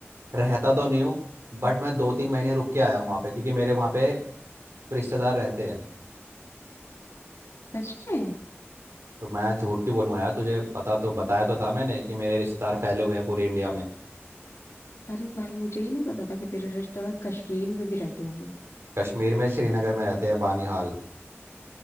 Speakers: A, on the right; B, on the left.
A: रहता तो नहीं हूँ बट मैं दो तीन महीने रुक के आया हूँ वहाँ पे क्योंकि मेरे वहाँ पे रिश्तेदार रहते हैं
B: सच में
A: तो मैं झूठ क्यों बोलूँगा यार तुझे पता तो बताया तो था मैंने कि मेरे रिश्तेदार फैले हुए हैं पूरे इंडिया में
B: अरे भाई मुझे ही नहीं पता था कि तेरे रिश्तेदार कश्मीर में भी रहते होंगे
A: कश्मीर में श्रीनगर में रहते हैं बानीहाल